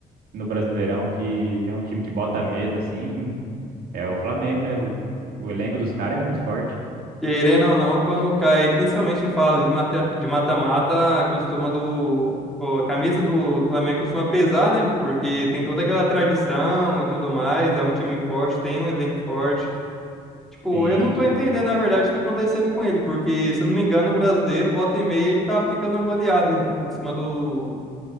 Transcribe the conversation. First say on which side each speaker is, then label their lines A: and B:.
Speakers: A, on the right; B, in the centre.
A: no Brasileirão, que é um time que bota medo, assim, É o Flamengo, né? O, o elenco dos caras é muito forte.
B: Querendo ou não, quando cai, principalmente em fase de mata- de mata-mata, costuma do. pô, A camisa do, do Flamengo costuma pesar, né? Porque tem toda aquela tradição e tudo mais. É um time forte, tem um elenco forte. Tipo,
A: Sim.
B: eu não tô entendendo, na verdade, o que tá acontecendo com ele, porque, se eu não me engano, o brasileiro, volta e meia, ele tá aplicando uma goleada em, em cima do,